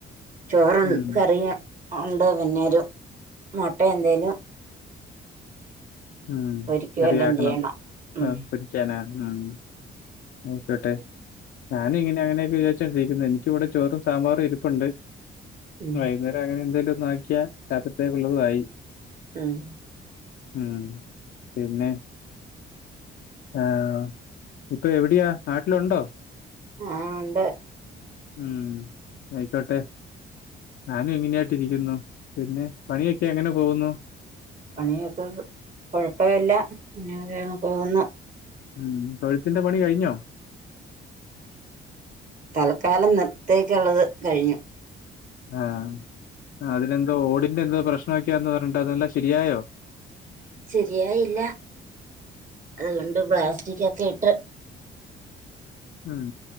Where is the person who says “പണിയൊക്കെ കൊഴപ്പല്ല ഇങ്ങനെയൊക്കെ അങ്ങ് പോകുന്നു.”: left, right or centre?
Right